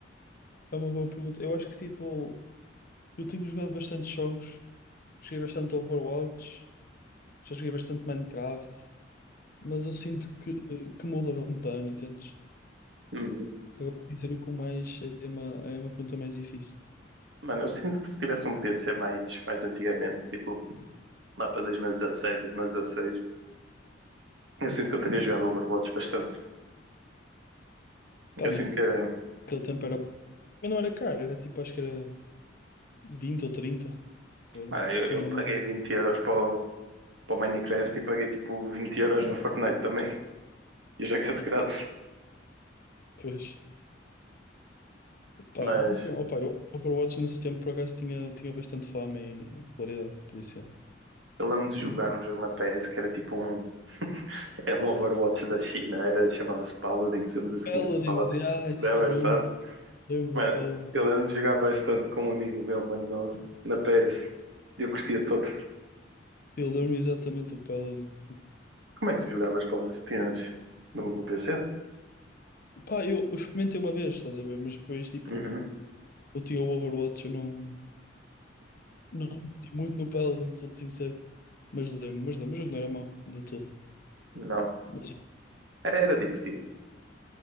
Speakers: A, on the left; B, on the right.
A: é uma boa pergunta. Eu acho que tipo, eu tenho jogado bastante jogos. Joguei bastante Overwatch, já joguei bastante Minecraft, mas eu sinto que, que muda de ano para ano, entendes?
B: Uhum.
A: Agora dizer o que mais é é uma, é uma pergunta mais difícil.
B: Mano, eu sinto que se tivesse um PC mais, mais antigamente, tipo lá para 2017, 2016, eu sinto que eu teria jogado Overwatch bastante.
A: Pá,
B: Eu
A: naquele
B: sinto que era.
A: tempo era. Mas não era caro, era tipo, acho que era vinte ou trinta euros.
B: Mano, eu,
A: Não
B: eu
A: era
B: paguei
A: uma coisa.
B: 20 euros para o, para o Minecraft e paguei tipo 20 euros no Fortnite também. <laughs> E joguei de graça.
A: Pois, pá,
B: Mas
A: então, opa, eu Overwatch nesse tempo por acaso tinha, tinha bastante fama e popularidade, por isso é.
B: eu lembro de jogar um jogo na PS que era tipo um. Era um Overwatch da China, era, chamava-se Paladins, eu não sei se
A: Paladins,
B: conhece Paladins.
A: já,
B: Não,
A: eu
B: mas
A: lembro,
B: sabes,
A: lembro
B: mano,
A: do Paladin.
B: eu lembro de jogar bastante com um amigo meu, mano, no- na PS. Eu curtia todo.
A: Eu lembro exatamente do Paladin.
B: Como é que tu jogavas Paladins? Tinhas no, no PC?
A: Pá, eu, eu experimentei uma vez, estás a ver, mas depois, tipo,
B: Uhum.
A: eu tinha o Overwatch, eu não, não meti muito no Paladin, sou-te sincero. Mas lembro, mas lembro, o jogo não era mau, de tudo.
B: Não.
A: Mas,
B: Era, era divertido.